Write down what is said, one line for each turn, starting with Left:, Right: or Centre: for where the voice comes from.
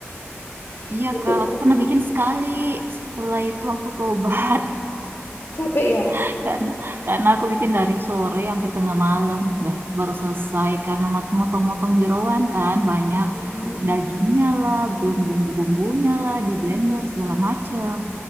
Left: <laughs>
Right: Iya,
Left: gitu.
Right: Kak, aku pernah bikin sekali. Setelah itu aku tobat
Left: Capek ya.
Right: <laughs> karena karena aku bikin dari sore sampai tengah malam, nggak- baru selesai karena mat- motong-motong jeroan kan banyak
Left: Hmm.
Right: dagingnya lah, belum bumbu-bumbunya lah di blender segala macam.